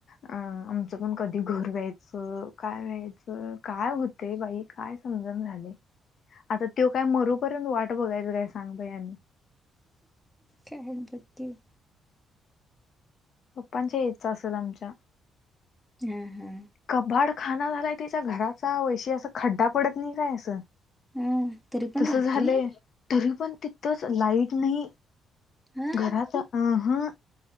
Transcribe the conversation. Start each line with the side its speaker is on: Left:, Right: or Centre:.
Left: अं आमच्या पण कधी घर व्यायचं काय व्यायचं काय होत. ते बाई काय समजून झाले. आता त काय मरूपर्यंत वाट बघायच काय सांगता या.
Centre: का बकी.
Left: पप्पांच्या याच असेल आमच्या.
Centre: हम हा.
Left: कबाड खाना झालाय तिच्या घराचा वैशी अस खड्डा पडत नाही काय असं.
Centre: हा तरी पण
Left: तस
Centre: राहतोय
Left: झालं तरी पण तितंच लाईट नाही.
Centre: हा
Left: घरात अ ह.